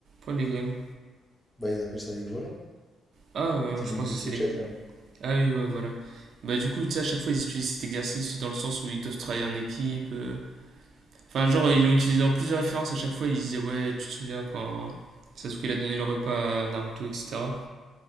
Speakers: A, on the right (about 60°); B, on the left (about 15°).
A: Pas les grêlons.
B: bah, ils appellent ça les grêlons.
A: Ah, euh,
B: C'est
A: je
B: les
A: pensais
B: deux
A: que
B: clochettes,
A: c'est les.
B: là.
A: Ah oui, ouais, voilà. Bah, du coup, tu sais, à chaque fois, ils utilisent cet exercice dans le sens où ils doivent travailler en équipe. euh, Enfin, genre, ils l'ont utilisé dans plusieurs références. À chaque fois, ils disaient, ouais, tu te souviens quand Sasuke il a donné le repas à Naruto, etc.